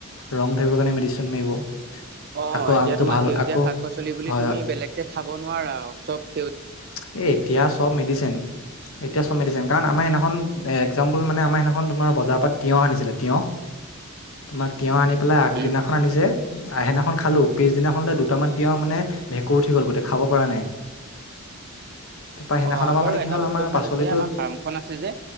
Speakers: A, on the left (about 70°); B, on the right (about 45°).
A: ৰং ধৰিব কাৰণে মেডিচিন মাৰিব <unintelligible>
B: <unintelligible> অ
A: আকৌ
B: এতিয়া
A: আমটো
B: তোমাৰ
A: ভাল
B: সেউজীয়া
A: আকৌ
B: শাক-পাচলি বুলি
A: হয়,
B: তুমি
A: হয়
B: বেলেগকে খাব নোৱাৰা চব সেউ <unintelligible>
A: <unintelligible> এ এতিয়া চব মেডিচিন এতিয়া চব মেডিচন কাৰণ আমাৰ সেইদিনাখন এ এক্জাম্পল মানে আমাৰ সেনাখন <unintelligible> <unintelligible> খন তোমাৰ বজাৰৰ পৰা তিঁয়হ আনিছিলে তিঁয়হ তোমাৰ <unintelligible> <unintelligible> তিঁয়হ আনি পেলাই আগদিনাখন
B: উম
A: আনিছে আহদিনাখন খালোঁ পিছদিনাখন দুটামান তিঁয়হ মানে <inaudible> <unintelligible> ভেঁকুৰ উঠি গ'ল গোটেই খাব পৰা নাই <inaudible>
B: <unintelligible> অ আমাৰ
A: পৰা
B: বাৰু
A: মানে কি
B: এটা
A: হ'ল
B: বস্তু
A: আমাৰ
B: ভাল
A: পাচলিটো
B: হৈছে আমাৰ ফাৰ্মখন আছে যে